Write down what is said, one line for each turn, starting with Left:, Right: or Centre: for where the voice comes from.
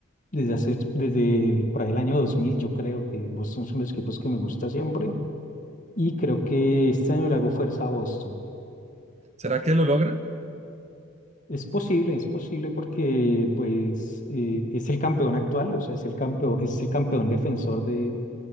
Left: desde, hace, desde el- por ahí el año 2000. Yo creo que Boston son los equipos que me gusta siempre y creo que este año le hago fuerza a Boston.
Right: ¿Será que lo logra?
Left: Es posible, es posible porque pues eh, es el campeón actual, o sea, es el campeón, es el campeón defensor de,